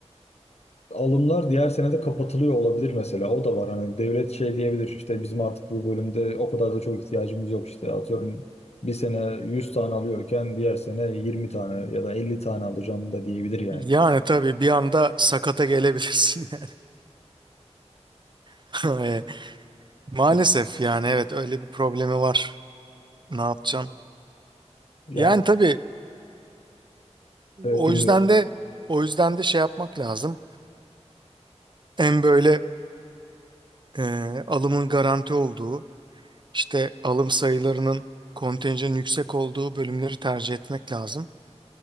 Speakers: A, on the left (about 65°); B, on the right (about 40°).
A: alımlar diğer senede kapatılıyor olabilir mesela. O da var. Hani devlet şey diyebilir işte bizim artık bu bölümde o kadar da çok ihtiyacımız yok işte. Atıyorum bir sene 100 tane alıyorken diğer sene 20 tane ya da 50 tane alacağım da diyebilir yani.
B: Yani tabii bir anda sakata gelebilirsin <laughs> yani. <laughs> E, Maalesef
A: <laughs>
B: yani evet öyle bir problemi var. Ne yapacaksın?
A: Yani
B: Yani tabii
A: evet
B: o
A: dinliyorum.
B: yüzden de o yüzden de şey yapmak lazım. En böyle e, alımın garanti olduğu, işte alım sayılarının kontenjanın yüksek olduğu bölümleri tercih etmek lazım.